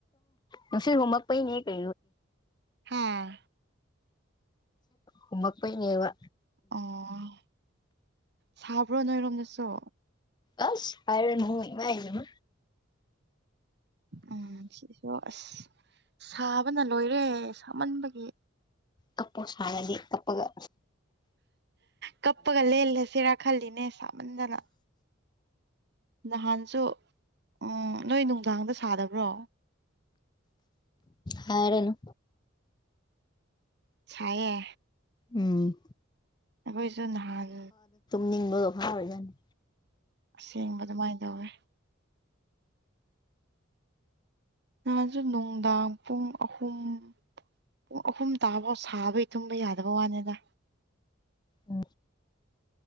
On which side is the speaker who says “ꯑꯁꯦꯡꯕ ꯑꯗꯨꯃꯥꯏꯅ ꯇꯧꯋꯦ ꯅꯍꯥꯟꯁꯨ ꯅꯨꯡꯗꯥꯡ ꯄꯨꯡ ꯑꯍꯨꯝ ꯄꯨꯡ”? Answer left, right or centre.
Right